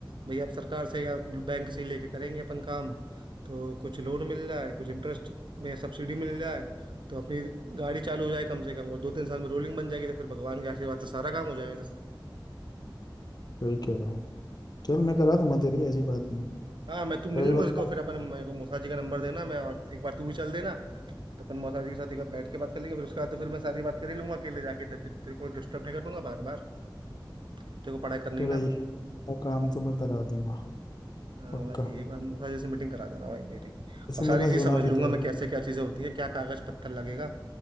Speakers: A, on the right (about 70°); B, on the left (about 55°).
A: भैया आप सरकार से या बैंक से लेके करेंगे अपन काम तो कुछ लोन मिल जाए कुछ इंटरेस्ट में सब्सिडी मिल जाए तो अपनी गाड़ी चालू हो जाए कम से कम और दो तीन साल में रोलिंग बन जाएगी तो फिर भगवान के आशीर्वाद से सारा काम हो जाएगा
B: सही कह रहा है चल मैं करा दूंगा तेरी ऐसी बात नहीं है
A: हाँ मैं
B: तेरा
A: तू मिल
B: ये
A: मुझको
B: बता
A: फिर अपन मेरे को मूसा जी का नंबर देना मैं और एक बार तू भी चल देना तो अपन मौसा जी के साथ एक बार बैठ के बात कर लेंगे फिर उसके बाद तो फिर मैं सारी बात कर ही लूंगा अकेले जाके जब भी तेरे को डिस्टर्ब नहीं कर दूंगा बार बार तेरे को पढ़ाई करनी
B: तेरा
A: है ना
B: ये वाला काम तो मैं करा दूंगा
A: हाँ
B: पक्का
A: भाई एक बार मौसा जी से मीटिंग करा देना भाई मेरी
B: वैसे
A: और सारी
B: मैंने
A: चीज़
B: सुना
A: समझ
B: भी
A: लूंगा
B: तो
A: मैं
B: है
A: कैसे क्या चीज़ें होती है क्या कागज पत्थर लगेगा